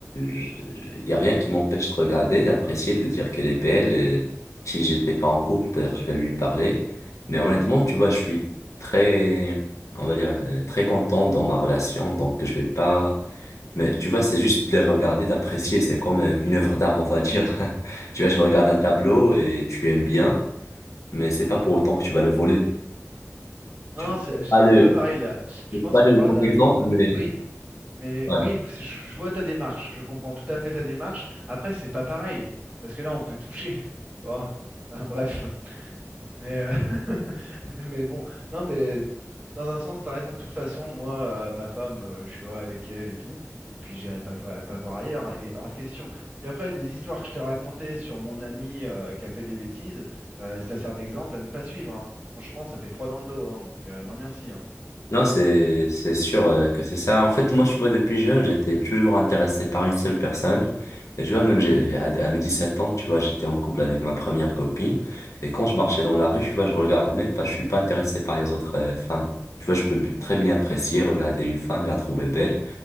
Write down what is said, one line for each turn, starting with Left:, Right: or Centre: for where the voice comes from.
Left: il y a rien qui m'empêche de regarder, d'apprécier, de dire qu'elle est belle. et si j'étais pas en couple, peut-être je vais lui parler. Mais honnêtement, tu vois, je suis très, on va dire, euh, très content dans ma relation, donc je vais pas... Mais tu vois, c'est juste de les regarder, d'apprécier, c'est comme euh, une œuvre d'art, on va dire. <laughs> Tu vois, tu regardes un tableau et tu aimes bien, mais c'est pas pour autant que tu vas le voler.
Right: Non,
Left: Tu vas
Right: c'est c'est-
Left: pas le
Right: c'est pas pareil là. Je
Left: C'est
Right: pense
Left: pas
Right: qu'on
Left: le
Right: parle
Left: bon
Right: d'un
Left: exemple,
Right: être. ah,
Left: mais
Right: d- Oui, mais
Left: ouais.
Right: oui, c'est- je je vois ta démarche, je comprends tout à fait ta démarche. Après, c'est pas pareil, parce que là, on peut toucher. Tu vois. Enfin, bref. Mais, euh, <laughs> mais bon, non, mais dans un sens, t'as raison. De toute façon, moi, euh, ma femme, euh, je suis heureux avec elle et tout. Et puis, j'irai pas, pas, pas voir ailleurs. hein, il est hors de question. Puis après, les histoires que je t'ai racontées sur mon ami euh, qui a fait des bêtises, euh, ça sert d'exemple à ne pas suivre. hein. Franchement, ça fait froid dans le dos. hein, donc, euh, non, merci. hein.
Left: Non, c'est c'est sûr euh, que c'est ça. En fait, moi, tu vois, depuis jeune, j'étais toujours intéressé par une seule personne. Et tu vois, même j'ai, à, à mes dix sept ans, tu vois, j'étais en couple avec ma première copine. Et quand je marchais dans la rue, tu vois, je regardais même pas, je suis pas intéressé par les autres euh, femmes. Tu vois, je peux b- très bien apprécier, regarder une femme et la trouver belle,